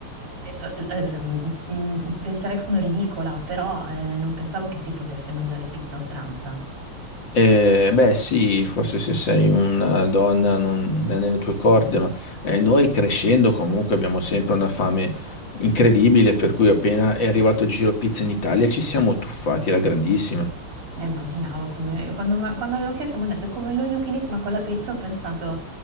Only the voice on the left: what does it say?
Eh, beh, sì, forse se sei una donna non è nelle tue corde, ma eh, noi crescendo comunque abbiamo sempre una fame incredibile, per cui appena è arrivato il Giro Pizza in Italia ci siamo tuffati alla grandissima.